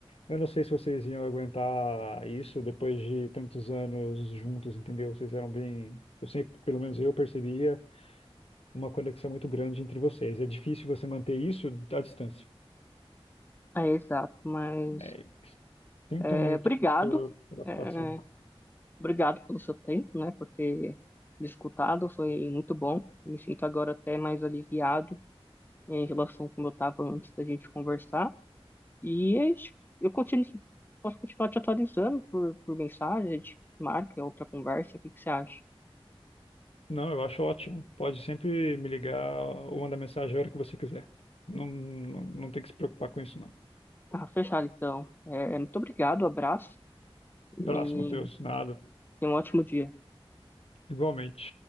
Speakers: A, on the left; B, on the left.
A: Eu não sei se vocês iam aguentar isso depois de tantos anos juntos, entendeu? Vocês eram bem. Eu sempre, pelo menos eu percebia uma conexão muito grande entre vocês. É difícil você manter isso à distância.
B: É, exato, mas...
A: É, sinto
B: é,
A: muito
B: obrigado.
A: por- pela
B: É,
A: situação.
B: Obrigado pelo seu tempo, né, por ter me escutado, foi muito bom. Me sinto agora até mais aliviado em relação como eu estava antes da gente conversar. E é isso. eu continuo, posso continuar te atualizando por, por mensagem, a gente marca outra conversa, o que que você acha?
A: Não, eu acho ótimo. Pode sempre me ligar ou mandar mensagem a hora que você quiser. Não, não, não tem que se preocupar com isso, não.
B: Ah, fechado então. É, muito obrigado, abraço e
A: Abraço, Matheus. Nada.
B: tenha um ótimo dia.
A: Igualmente.